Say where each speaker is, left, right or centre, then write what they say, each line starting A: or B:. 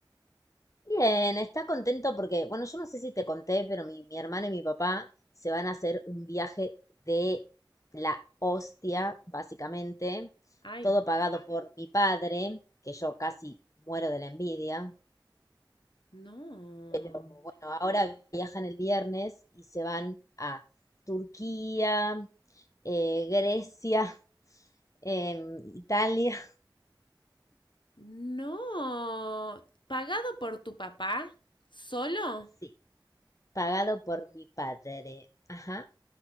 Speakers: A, on the left (about 40°); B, on the left (about 70°).
A: Bien, está contento porque, bueno, yo no sé si te conté, pero mi, mi hermana y mi papá se van a hacer un viaje de la hostia, básicamente,
B: Ay,
A: todo pagado por mi padre, que yo casi muero de la envidia.
B: no.
A: Pero Bueno, ahora viajan el viernes y se van a Turquía, eh, Grecia, <laughs> em, Italia.
B: No. ¿Pagado por tu papá? ¿Solo?
A: Sí, pagado por mi padre. Ajá.